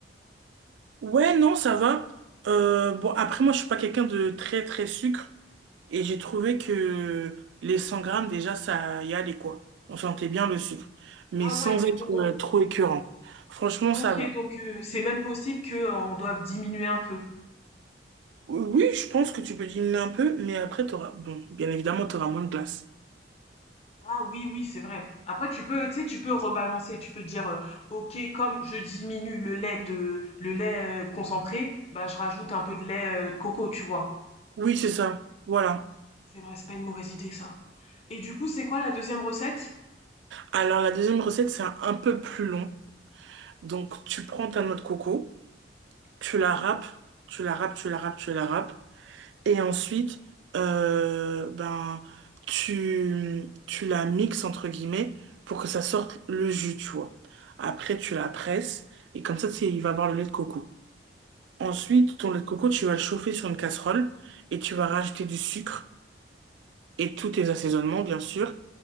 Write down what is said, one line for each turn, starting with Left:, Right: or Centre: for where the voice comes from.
Right: Ouais, non, ça va. Euh, bon, après, moi, je suis pas quelqu'un de très, très sucre. Et j'ai trouvé que les 100 grammes, déjà, ça y allait, quoi. On sentait bien le sucre. Mais
Left: Ah
Right: sans
Left: ouais, donc
Right: être
Left: on, on-
Right: euh, trop écœurant. Franchement,
Left: ok,
Right: ça va.
Left: donc euh, c'est même possible que euh, on doive diminuer un peu.
Right: Oui, oui, je pense que tu peux diminuer un peu, mais après, t'auras... Bon, bien évidemment, t'auras moins de glace.
Left: Ah oui, oui, c'est vrai. Après, tu peux, tu sais, tu peux rebalancer. Tu peux dire, euh, ok, comme je diminue le lait de, le lait euh, concentré, bah je rajoute un peu de lait euh, de coco, tu vois.
Right: Oui, c'est ça. Voilà.
Left: C'est vrai, c'est pas une mauvaise idée ça. Et du coup, c'est quoi la deuxième recette?
Right: Alors, la deuxième recette, c'est un un peu plus long. Donc, tu prends ta noix de coco, tu la râpes, tu la râpes, tu la râpes, tu la râpes. Et ensuite, euh, ben, tu, tu la mixes entre guillemets pour que ça sorte le jus, tu vois. Après, tu la presses et comme ça, c'est il va avoir le lait de coco. Ensuite, ton lait de coco, tu vas le chauffer sur une casserole et tu vas rajouter du sucre et tous tes assaisonnements, bien sûr.